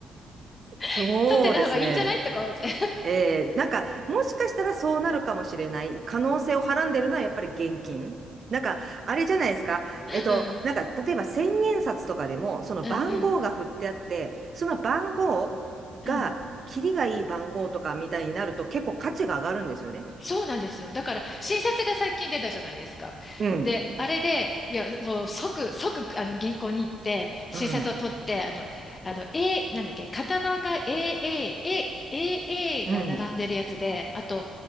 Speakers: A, on the right (about 45°); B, on the left (about 25°).
A: そうですね。
B: <laughs> 取ってた方がいいんじゃないとか思っちゃ
A: えー、なんか、もしかしたらそうなるかもしれない。可能性をはらんでるのはやっぱり現金。なんか、あれじゃないですか。えっと、
B: う。うん、
A: なんか、例えば千円札とかでも、その番号が振ってあって、
B: うん、うん、
A: その番号が、
B: うん。
A: キリがいい番号とかみたいになると結構価値が上がるんですよね。
B: そうなんですよ。だから、新札が最近出たじゃないですか。
A: うん。
B: で、あれで、いや、もう即、即、あの、銀行に行って、新札を取って、
A: うん。
B: あの、あの、A、なんだっけ、型番が AA、A、AA
A: うん。
B: が並んでるやつで、あと、